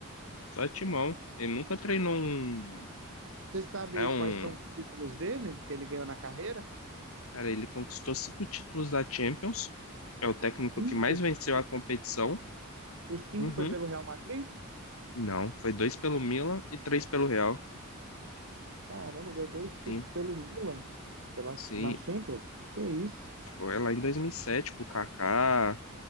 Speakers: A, on the left; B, on the right.
A: Só Timão. Ele nunca treinou um,
B: Você sabe
A: né, um...
B: quais são os títulos dele que ele ganhou na carreira?
A: Cara, ele conquistou cinco títulos da Champions. É o técnico
B: Cinco.
A: que mais venceu a competição.
B: Os cinco
A: Uhum.
B: foi pelo Real Madrid?
A: Não, foi dois pelo Milan e três pelo Real.
B: Caramba, ganhou dois títulos
A: Sim,
B: pelo Milan, pela,
A: sim.
B: na Champions. Que isso?
A: Foi lá em 2007 com o Kaká,